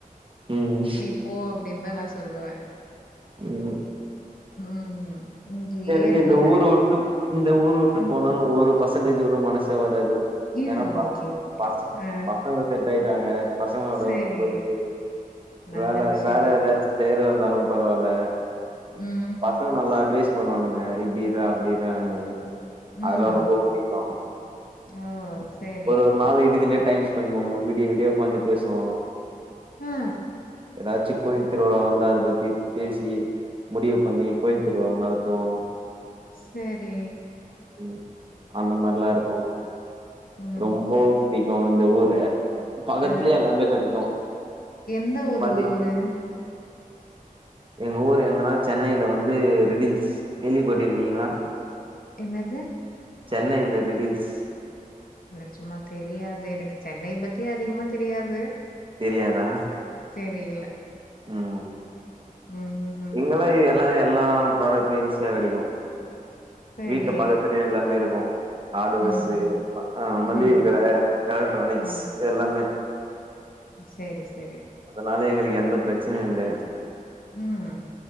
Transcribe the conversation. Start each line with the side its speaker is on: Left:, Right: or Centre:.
Right: ம்
Left: நீ போ அப்டின் தா நா சொல்லுவே
Right: ம்
Left: ம் இங்கயே
Right: எனக்
Left: இருக்கணுனு
Right: இந்த
Left: நெனைக்காத
Right: ஊரு உட்டு இந்த ஊரு உட்டு
Left: ம்
Right: போனுன் ஒரு பர்சன்டேஜ் கூட மனசே வராது
Left: இது
Right: ஏன்னா ப
Left: ஓகே
Right: ப
Left: ஓகே
Right: ப
Left: ஆ
Right: ப ப செட் ஆயிட்டாங்க பசங்களோட
Left: சேரி
Right: போயிட்டு
Left: நல்ல
Right: வேல
Left: விஷயந்தா
Right: வேல எதாச்சு செய்யற ந்தாலு பரவால்ல
Left: ம்
Right: பசங்க நல்லா அட்வைஸ் பண்ணுவானுங்க இப்படி இரு அப்டியிற்றான்னு அதெல்லா
Left: ம்
Right: ரொம்ப புடிக்கு
Left: ஓ சேரி
Right: ஒரு ஒரு நாள் இதுக்கெண்ணெ டைம் ஸ்பென்ட் பண்ணுவோ வீடிய வீடிய உக்காந்தி பேசுவோ
Left: ஆ
Right: எதாச்சு கோயில் திருவிழா வந்த அத பத்தி பேசி முடிவு பண்ணி கோவில் திருவிழா நடத்துவோ
Left: சேரி
Right: ம் அந்த மாதிர்லா இருக்கு
Left: ம்
Right: ரொம்ப புடிக்கு இந்த ஊர பக்கத்துலயே
Left: ஆ
Right: எல்லாமே கிடைக்கு
Left: எந்த ஊரு
Right: மல்லி
Left: உங்க ஊரு
Right: எங்க ஊர் எங்கன்னா சென்னையில வந்து ரெடில் கேள்விப்பட்டிருக்கீங்களா
Left: என்னது
Right: சென்னையில ரெடில்ஸ்
Left: ன்னா சும்மா தெரியாது எனக் சென்னை பத்தி அதிகமா தெரியாது
Right: தெரியாதா
Left: தெரியல
Right: ம்
Left: ம் ம்
Right: இங்களா எல்லா எல்லா ப்ராடக்ட்டு ஈஸியா கிடைக்கு
Left: சேரி
Right: வீட்டு பக்கத்துலயே எல்லாமே இருக்கு ஹார்ட்வேர்ஸ்சு
Left: ம் ம்
Right: அ ஆ மல்லிக
Left: ம்
Right: கட எலக்ட்ரானிக்ஸ்
Left: ஆ
Right: எல்லாமே
Left: சேரி சேரி
Right: அதனால எங்களுக் எந்த பிரச்சனையு இல்ல
Left: ம்